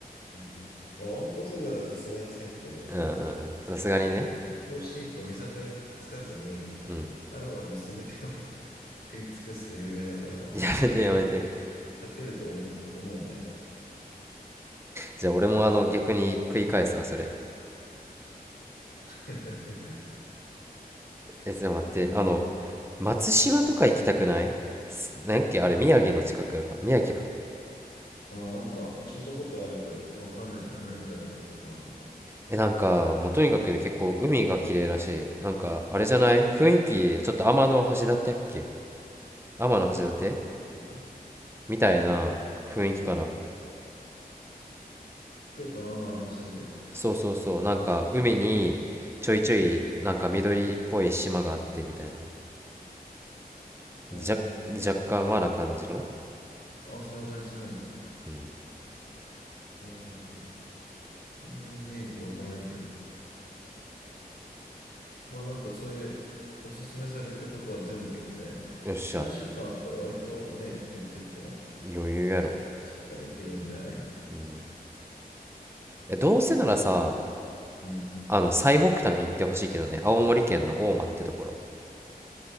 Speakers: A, on the left; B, on the right.
A: うんまあ、わんこそばではさすがにせんと思うけど、
B: うんうんうん。さすがにね。
A: あの、調子いいと見境つかずに、
B: うん。
A: あるもの全てを <laughs> 食い尽くすで有名だからな、
B: <laughs>
A: 俺。
B: やめてやめて。
A: 勝てると思う、思うなよ。
B: じゃあ俺もあの逆に食い返すわ、それ。
A: <laughs>
B: え、ちょっと待って、
A: うん。
B: あの、松島とか行きたくないすなんやっけあれ、宮城の近くか。宮城か。
A: ああ、なんか聞いたことあるけど、わかんないな。何があるのとこなのか。
B: え、なんか、もうとにかく結構海が綺麗らしい。
A: うん。
B: なんか、あれじゃない雰囲気、ちょっと天の橋立やっけ天の橋立
A: あ、だって
B: みたいな雰囲気かな。
A: こと京都の天橋立
B: そうそうそうなんか海にちょいちょいなんか緑っぽい島があってみたいな
A: うん。うん。
B: じゃ若干和な感じの
A: ああ、そういう感じなんだ。
B: うん
A: ほうほうほうあんまりイメージが湧かないけど。まあなんかそういうおすすめされたとこは全部行きたいな。
B: よっしゃ
A: 3週間あったら割とね、寄ってっても、
B: 余裕やろ
A: 知ったら知ったらいけるんじゃない
B: うんえどうせならさ
A: うん。
B: あの最北端行ってほしいけどね青森県の大間ってところ